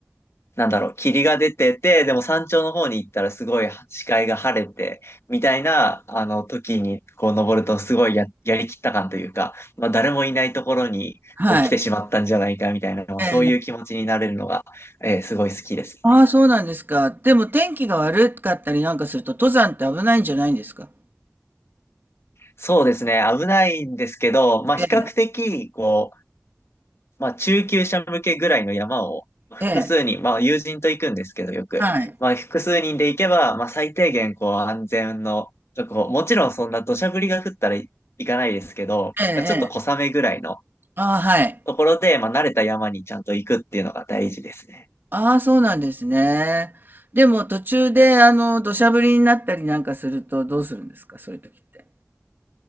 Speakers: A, on the left; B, on the right.
A: なんだろう、霧が出てて、でも山頂の方に行ったらすごい視界が晴れて、みたいな、あの、時にこう登るとすごいや、やりきった感というか、まあ誰もいないところにこう来てしまったんじゃないかみたいな、
B: はい。
A: まあそういう気持ちになれるのが、
B: ええ。
A: えーすごい好きですね。
B: ああ、そうなんですか。でも天気が悪かったりなんかすると、登山って危ないんじゃないんですか？
A: そうですね、危ないんですけど、まあ比較的、
B: ええ、
A: こう、まあ、中級者向けぐらいの山を、まあ複数人、
B: ええ、
A: まあ、友人と行くんですけど、よく。
B: はい。
A: まあ、複数人で行けば、まあ、最低限、こう、安全の確保、ともちろんそんな土砂降りが降ったらい行かないですけど、
B: ええええ。
A: まあちょっと小雨ぐらいの
B: ああ、はい。
A: ところで、まあ、慣れた山にちゃんと行くっていうのが大事ですね。
B: ああ、そうなんですね。でも途中で、あの、土砂降りになったりなんかするとどうするんですか、そういう時って。